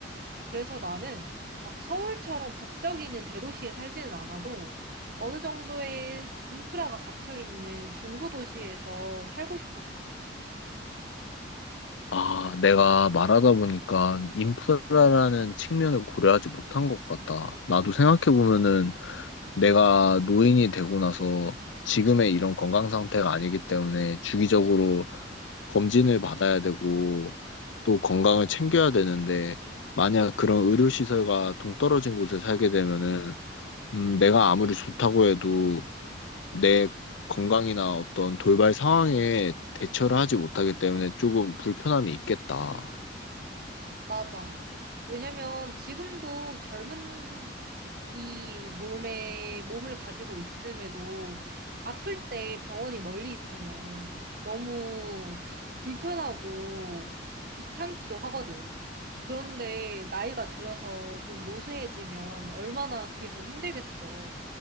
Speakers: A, on the right (about 50°); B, on the left (about 85°).
A: 그래서 나는 막 서울처럼 북적이는 대도시에 살지는 않아도 어느 정도의 인프라가 갇혀 있는 중소도시에서 살고 싶을 것 같아.
B: 아, 내가 말하다 보니까 인프라라는 측면을 고려하지 못한 것 같다. 나도 생각해보면은 내가 노인이 되고 나서 지금의 이런 건강 상태가 아니기 때문에 주기적으로 검진을 받아야 되고 또 건강을 챙겨야 되는데 만약 그런 의료시설과 동떨어진 곳에 살게 되면은 음, 내가 아무리 좋다고 해도 내 건강이나 어떤 돌발 상황에 대처를 하지 못하기 때문에 조금 불편함이 있겠다.
A: 맞아. 왜냐면 지금도 젊은 이 몸에, 몸을 가지고 있음에도 아플 때 병원이 멀리 있으면 너무 불편하고 귀찮기도 하거든. 그런데 나이가 들어서 좀 노쇠해지면 얼마나 그게 더 힘들겠어.